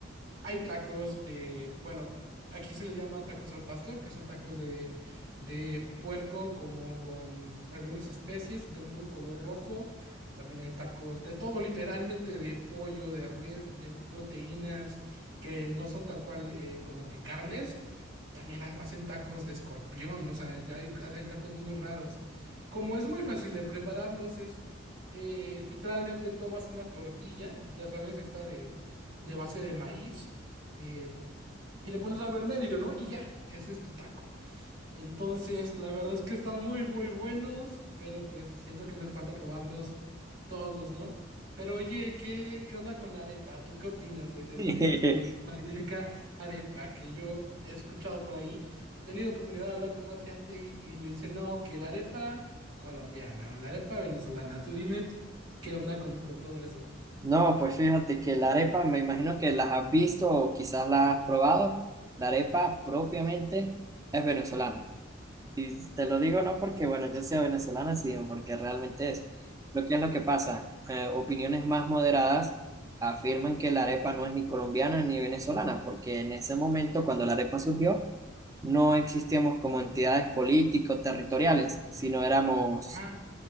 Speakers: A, on the right; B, on the right.
A: hay tacos de, bueno, aquí se les llama tacos al pastor, que son tacos de, de puerco como con algunas especies y tomo un color rojo. También hay tacos de todo, literalmente, de pollo, de res, de proteínas, que no son tal cual eh, como que carnes, también ha- hacen tacos de escorpión, o sea, ya hay, hay tacos muy raros. Como es muy fácil de prepararlos, es eh, literalmente tomas una tortilla, ya sabes, esta de, de base de maíz, eh, y le pones algo en medio, ¿no? Y ya, ese es tu taco. Entonces, la verdad es que están muy, muy buenos, pero pues siento que me hace falta probarlos todos, ¿no? Pero oye, ¿qué, qué onda con la arepa? ¿Tú qué opinas de, de-
B: <laughs>
A: de tu magnífica arepa que yo he escuchado por ahí? He tenido oportunidad de hablar con más gente y me dicen, no, que la arepa colombiana o la arepa venezolana. Tú dime qué onda con, con todo eso.
B: No, pues fíjate que la arepa, me imagino que las has visto o quizás las has probado. La arepa propiamente es venezolana. Y te lo digo no porque, bueno, yo sea venezolana, sino porque realmente es. Lo que es lo que pasa, eh, opiniones más moderadas afirman que la arepa no es ni colombiana ni venezolana, porque en ese momento, cuando la arepa surgió, no existíamos como entidades políticos, territoriales, sino éramos,
A: Ah,